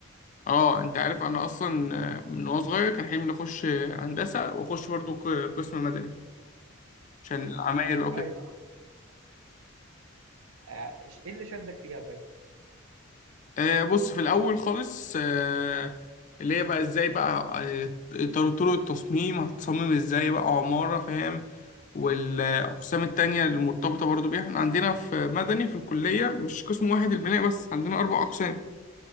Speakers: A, on the left (about 35°); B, on the right (about 75°).
A: اه انت عارف انا اصلا آه، من وانا صغير كان حلمي اني اخش آه، هندسة واخش برضو ق- قسم مدني عشان
B: امم
A: العماير بقى وكده
B: طيب آه، ايه اللي شدك فيها طيب
A: آه، بص في الاول خالص آه، اللي هي بقى ازاي بقى آه، طر- طرق التصميم هتصمم ازاي بقى عمارة فاهم والاقسام
B: امم
A: التانية المرتبطة برضو بيها احنا عندنا في مدني في الكلية مش قسم واحد البناء بس عندنا اربع اقسام